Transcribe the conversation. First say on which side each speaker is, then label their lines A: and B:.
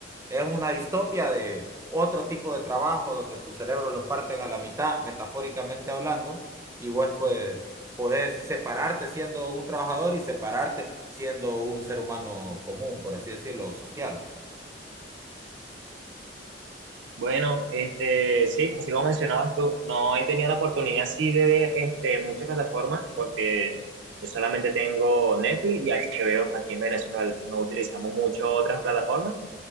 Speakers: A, on the right; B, on the right.
A: Es una distopia de otro tipo de trabajo donde tu cerebro lo parten a la mitad, metafóricamente hablando, y vos pues podés separarte siendo un trabajador y separarte siendo un ser humano común, por así decirlo, social.
B: Bueno, este, sí, así como mencionabas tú, no he tenido la oportunidad sí de ver este, muchas plataformas porque yo solamente tengo Netflix y HBO aquí en Venezuela. No utilizamos mucho otras plataformas.